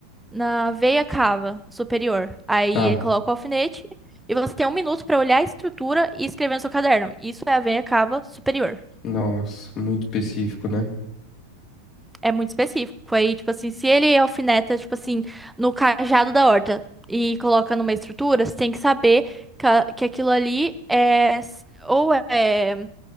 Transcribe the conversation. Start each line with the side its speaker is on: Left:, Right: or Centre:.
Centre: na veia cava superior. Aí
Left: Tá,
Centre: ele coloca o alfinete e você tem um minuto para olhar a estrutura e escrever no seu caderno. Isso é a veia cava superior.
Left: nossa, muito específico, né?
Centre: É muito específico. Aí, tipo assim, se ele alfineta, tipo assim, no cajado da horta e coloca numa estrutura, você tem que saber que a- que aquilo ali é. Ou é.